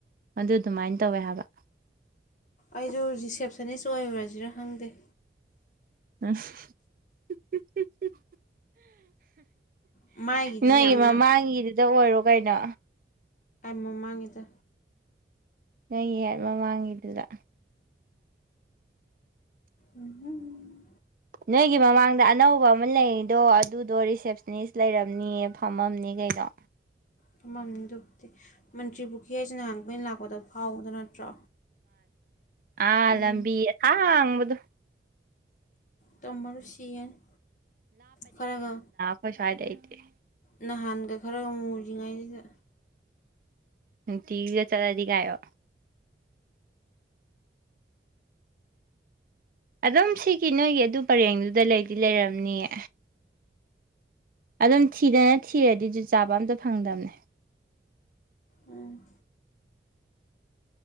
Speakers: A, on the right (about 50°); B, on the left (about 45°).
A: ꯗꯨ ꯗꯨꯃꯥꯏ ꯇꯧꯋꯦ ꯍꯥꯏꯕ
B: ꯑꯩꯖꯨ ꯔꯤꯁꯦꯞꯁꯟꯅꯤꯁ ꯑꯣꯏꯔꯨꯔꯖꯤꯔ ꯈꯪꯗꯦ
A: <unintelligible>
B: ꯃꯥꯏꯒꯤꯗꯤ
A: ꯅꯣꯏꯒꯤ
B: ꯌꯥꯝꯅ
A: ꯃꯃꯥꯡꯒꯤꯗꯨꯗ ꯑꯣꯏꯔꯣ ꯀꯩꯅꯣ
B: ꯃꯃꯥꯡꯉꯤꯗ
A: ꯅꯣꯏꯒꯤꯍꯠ ꯃꯃꯥꯡꯒꯤꯗꯨꯗ
B: ꯎꯝꯝꯝ
A: ꯅꯣꯏꯒꯤ ꯃꯃꯥꯡꯗ ꯑꯅꯧꯕ ꯑꯃ ꯂꯩꯔꯤꯗꯣ ꯑꯗꯨꯗꯣ ꯔꯤꯁꯦꯞꯁꯅꯤꯁ ꯂꯩꯔꯝꯅꯤꯌꯦ ꯐꯝꯃꯝꯅꯤ ꯀꯩꯅꯣ
B: ꯐꯝꯃꯝꯅꯤ ꯑꯗꯨꯕꯨꯗꯤ ꯃꯟꯇ꯭ꯔꯤ ꯄꯨꯈꯤ ꯍꯥꯏꯖꯦ ꯅꯍꯟ ꯑꯈꯣꯏ ꯂꯥꯛꯄꯗ ꯐꯥꯎꯕꯗ ꯅꯠꯇ꯭ꯔꯣ
A: ꯑꯥ
B: ꯎꯝ
A: ꯂꯝꯕꯤ ꯑꯁꯥꯡꯕꯗꯣ
B: ꯇꯝꯃꯔꯣꯏ ꯁꯤꯔꯅꯤ ꯈꯔꯒ
A: ꯍꯣꯏ ꯁ꯭ꯋꯥꯏꯗ ꯑꯩꯇꯦ
B: ꯅꯍꯥꯟꯒ ꯈꯔ ꯃꯨꯔꯤꯉꯩꯖꯤꯗ
A: ꯅꯨꯡꯇꯤꯒꯤꯒ ꯆꯠꯂꯗꯤꯒꯌꯣ ꯑꯗꯨꯝ ꯁꯤꯒꯤ ꯅꯣꯏꯒꯤ ꯑꯗꯨ ꯄꯔꯦꯡꯗꯨꯗ ꯂꯩꯗꯤ ꯂꯩꯔꯝꯅꯤꯌꯦ ꯑꯗꯨꯝ ꯊꯤꯗꯅ ꯊꯤꯔꯗꯤ ꯖꯨꯠ ꯆꯥꯕ ꯑꯝꯇ ꯐꯪꯗꯝꯅꯦ
B: ꯎꯝ